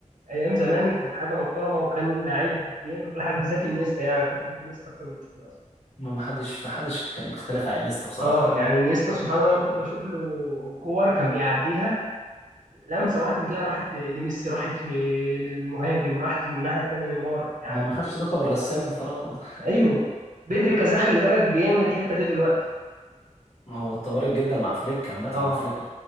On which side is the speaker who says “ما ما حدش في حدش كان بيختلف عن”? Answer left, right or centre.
Left